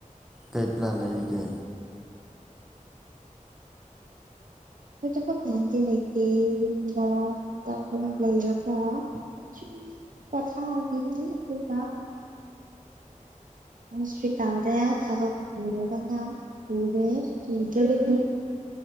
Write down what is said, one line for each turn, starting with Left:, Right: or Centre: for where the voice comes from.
Centre: ꯀꯩ ꯄ꯭ꯂꯥꯟ ꯂꯩꯔꯤꯒꯦ
Right: ꯍꯧꯖꯤꯛꯐꯥꯎ ꯄ꯭ꯂꯥꯟꯗꯤ ꯂꯩꯇꯦ ꯌꯨꯝꯗ ꯀꯥ ꯚꯥꯔꯥ ꯂꯩꯔꯒꯥ ꯁꯨꯝ ꯄꯣꯊꯥꯒꯤꯅꯤ ꯑꯗꯨꯒ ꯍꯣꯁꯄꯤꯇꯥꯜꯗꯥ ꯊꯕꯛ ꯄꯨꯔꯒꯅꯥ ꯄꯨꯔꯦ ꯄꯨꯗ꯭ꯔꯥꯒꯗꯤ